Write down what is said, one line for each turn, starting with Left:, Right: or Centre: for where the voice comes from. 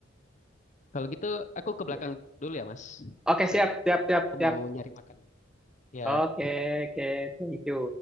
Left: Kalau gitu aku ke
Centre: Iya.
Left: belakang dulu ya Mas.
Centre: Oke
Left: Mas Dodi,
Centre: siap siap siap
Left: aku
Centre: siap.
Left: mau nyari makan. Ya,
Centre: Oke oke thank you.